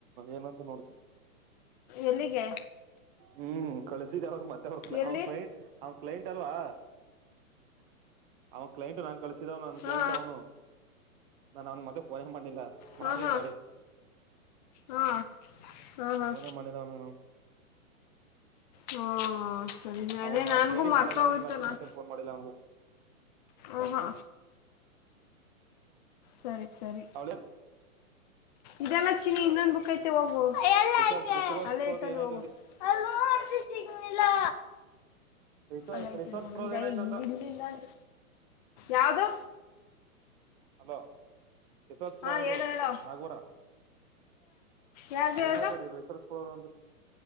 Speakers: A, on the right; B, on the left.
A: ಏನಂತ ನೋಡ್
B: ಎಲ್ಲಿಗೇ.
A: ಹ್ಮ್ ಕಳಸಿದ್ದ ಅವ್ರ್ ಮತ್ತೆ ಅವ್ರ
B: ಎಲ್ಲಿ
A: ಅವ ಕ್ಲೈಂಟ್ ಅವ್ ಕ್ಲೈಂಟ್ ಅಲ್ವಾ. ಅವ ಕ್ಲೈಂಟ್ ನಂಗ್ ಕಳಸಿದವ ನನ್
B: ಹಾ
A: ಕ್ಲೈಂಟ್ ಅವ್ನು. ನಾನ್ ಅವ್ನ್ಗ್ ಮತ್ತೆ ಫೋನೇ ಮಾಡ್ಲಿಲ್ಲ
B: ಹಾ
A: ಮಾಡ್ತೀನ್
B: ಹಾ
A: ತಡಿ.
B: ಹಾ ಹಾ ಹಾ ಹಾ
A: ಫೋನೇ ಮಾಡಿಲ್ಲ ಅವ್ನಿಗ್ ನಾವ್.
B: ಹಾ ಸರಿ ನೆನ್ನೇ
A: ಅವ ಮಾಡ
B: ನನ್ಗೂ
A: ಟ್ರೇಡಿಂಗ್
B: ಮರ್ತೊಗಿತ್ತು
A: ಮಾಡಲ್ಲ ಅಂದಲ್ಲ ಅತಿ
B: ನ.
A: ಮತ್ತೆ ಫೋನ್ ಮಾಡಿಲ್ಲ ಅವಂಗ.
B: ಹು ಹಾ. ಸರಿ ಸರಿ
A: ಅವಳ
B: ಇದೆಲ್ಲ ಚಿನ್ನಿ ಇನ್ನೊಂದ್ ಬುಕ್ ಐತ್ ಎತ್ತೆ ಹೋಗು ಎಲ್
A: ರಿಸರ್ಚ್
B: ಐತೆ
A: ರಿಸೋರ್ಸ್
B: ಅಲ್ಲೇ ಇಟ್ಟನು
A: ಏನಾಯ್ತು
B: ಹೋಗು. ಅಲೋ ಅಜ್ಜಿ ಸಿಗ್ಲಿಲ್ಲಾ.
A: ರಿಸೋ
B: ಅಲೈತೆ
A: ರಿಸೋರ್ಸ್
B: ನೋಡು
A: ಪ್ರೋದ
B: ಇದ
A: ಏನಾಯ್ತಂತ
B: ಇ ಇಲ್ಲಿಲ್ಲ ಅಂದ ಯಾವ್ದೋ.
A: ಹಲೋ ಯಿಸ್ವತ್ಪುರ
B: ಹಾ
A: ಅವ್ರದು
B: ಹೇಳು ಹೇಳು
A: ನಗ್ವರ.
B: ಯಾರ್ದು
A: ಅದೇನಾಯ್ತು
B: ಯಾರ್ದು
A: ರಿಸಸ್ ಹೋಗೋನ್ರಿ.